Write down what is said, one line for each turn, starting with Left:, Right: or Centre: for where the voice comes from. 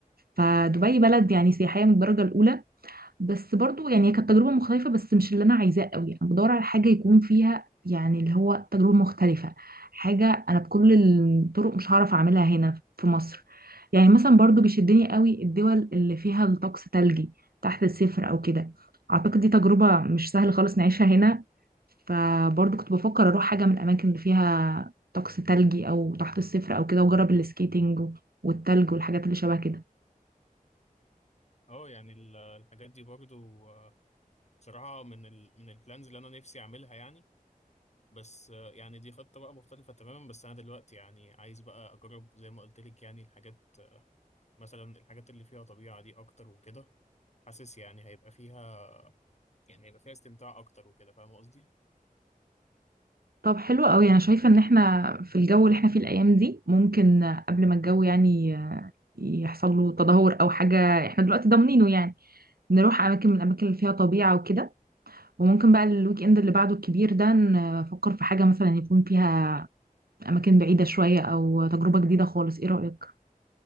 Right: فدبي بلد يعني سياحيه من الدرجه الاولى بس برضو يعني كانت تجربة مختلفة بس مش اللي أنا عايزاه قوي أنا بدور على حاجة يكون فيها يعني اللي هو تجربة مختلفة حاجة أنا بكل الطرق مش هعرف أعملها هنا في مصر يعني مثلا برضو بيشدني قوي الدول اللي فيها الطقس تلجي تحت الصفر أو كده أعتقد دي تجربة مش سهل خالص نعيشها هنا فبرضو كنت بفكر أروح حاجة من الأماكن اللي فيها طقس تلجي أو تحت الصفر أو كده وأجرب السكيتنج والتلج والحاجات اللي شبه كده
Left: اه يعني ال- الحاجات دي برضو آه، بصراحة من ال من البلانز اللي انا نفسي اعملها يعني بس آه، يعني دي خطة بقى مختلفة تماما بس انا دلوقتي يعني عايز بقى اجرب زي ما قلت لك يعني الحاجات آه، مثلا الحاجات اللي فيها طبيعة دي اكتر وكده حاسس يعني هيبقى فيها يعني هيبقى فيها استمتاع اكتر وكده فاهم قصدي
Right: طب حلو قوي انا شايفه ان احنا في الجو اللي احنا فيه الايام دي ممكن قبل ما الجو يعني يحصل له تدهور او حاجه احنا دلوقتي ضامنينه يعني نروح اماكن من الاماكن اللي فيها طبيعه وكده وممكن بقى الويك اند اللي بعده الكبير ده نفكر في حاجه مثلا يكون فيها اماكن بعيده شويه او تجربه جديده خالص ايه رايك